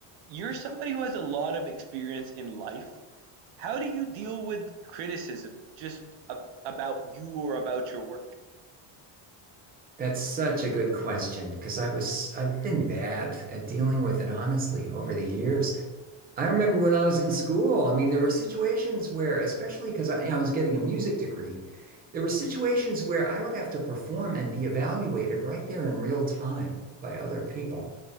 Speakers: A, on the right (about 65°); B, on the right (about 20°).
A: You're somebody who has a lot of experience in life. How do you deal with criticism just a about you or about your work?
B: That's such a good question because I was I've been bad at dealing with it honestly over the years. I remember when I was in school, I mean there were situations where especially because I, you know, I was getting a music degree, there were situations where I would have to perform and be evaluated right there in real time by other people.